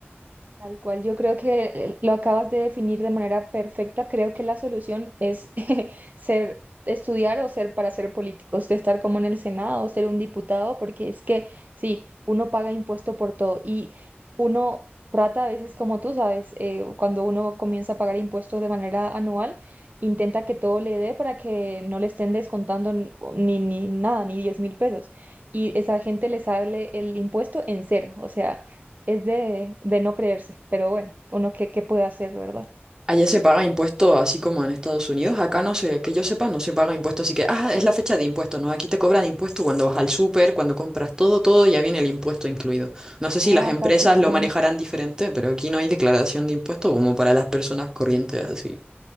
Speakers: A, on the right (about 40°); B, on the right (about 15°).
A: Tal cual, yo creo que eh, lo acabas de definir de manera perfecta. Creo que la solución es <laughs> ser, estudiar o ser para ser políticos, de estar como en el Senado o ser un diputado, porque es que sí, uno paga impuesto por todo y uno trata a veces, como tú sabes, eh, cuando uno comienza a pagar impuestos de manera anual, intenta que todo le dé para que no le estén descontando n- ni, ni nada, ni diez mil pesos. Y esa gente le sale el impuesto en cero, o sea es de, de no creerse, pero bueno, uno qué, qué puede hacer, ¿verdad?
B: Allá se paga impuesto así como en Estados Unidos. Acá no sé, que yo sepa, no se paga impuesto. Así que, ah, es la fecha de impuesto, ¿no? Aquí te cobran impuesto cuando vas al súper, cuando compras todo, todo, ya viene el impuesto incluido. No sé si
A: No,
B: las
A: acá
B: Ah, empresas
A: sí, claro.
B: lo manejarán diferente, pero aquí no hay declaración de impuesto como para las personas corrientes, así